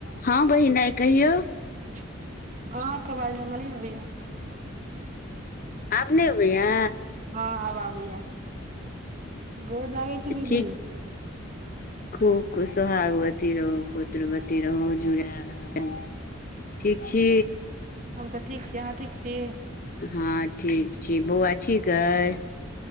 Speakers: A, on the left; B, on the right.
A: हँ बहिन आय कहियौ
B: आहा के आबाज हमहर नहि आबै या
A: आब नहि अबैया
B: हँ आब आबैया गोर लागै छी दीदी
A: ठीक खूब खुश सुहागवती रहू पुत्रवती रहु जुड़ल रहू ठीक छि
B: हम तऽ ठीक छी अहाँ ठीक छी
A: हँ ठीक छी बौआ ठीक अइ